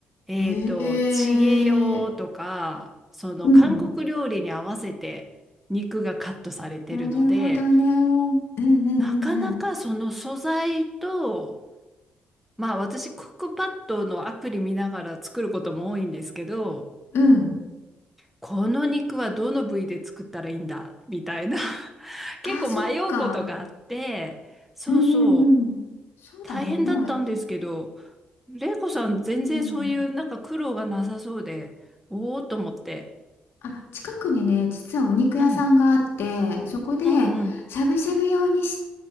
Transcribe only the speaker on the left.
うん。
ええ
うん。なるほどね。うんうんうん
うん。うん。
あ、
そっか。
うんうんうん。そうだね。
まあ、
うん。
あ、近くにね、実はお肉屋さんがあって、
そこで、
しゃぶしゃぶ用にし、